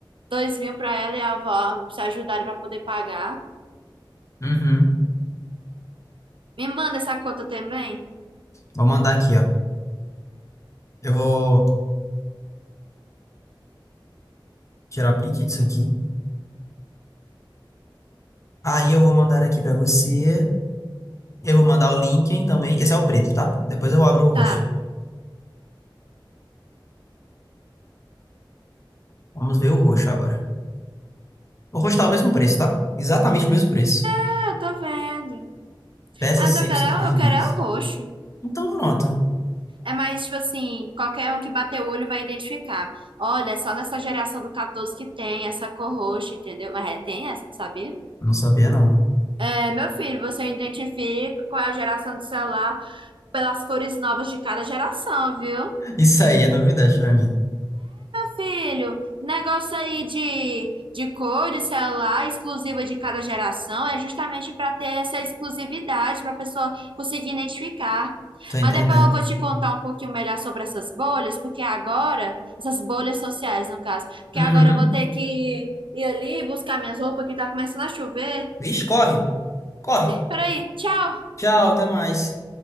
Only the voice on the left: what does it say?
Uhum.
Vou mandar aqui, ó. Eu vou tirar print disso aqui. Aí eu vou mandar aqui pra você. Eu vou mandar o Linken também. Esse é o preto, tá? Depois eu abro o roxo.
Vamos ver o roxo agora. O roxo tá o mesmo preço, tá? Exatamente o mesmo preço.
Peças
100%
originais.
Então pronto.
Não sabia, não.
Isso aí é novidade pra mim.
Tô entendendo.
Uhum.
Vixe, corre. Corre.
Tchau, até mais.